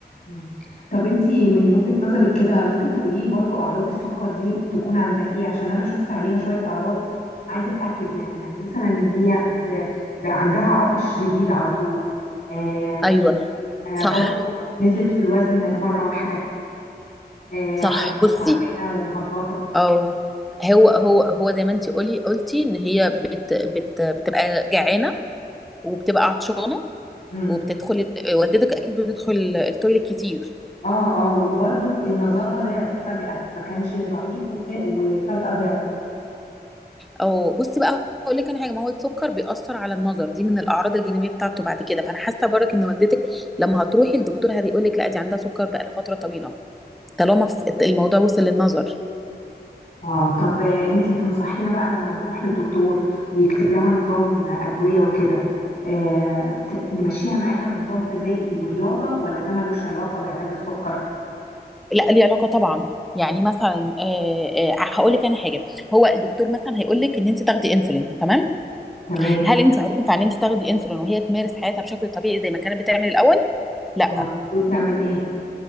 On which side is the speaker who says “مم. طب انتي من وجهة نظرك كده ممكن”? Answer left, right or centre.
Left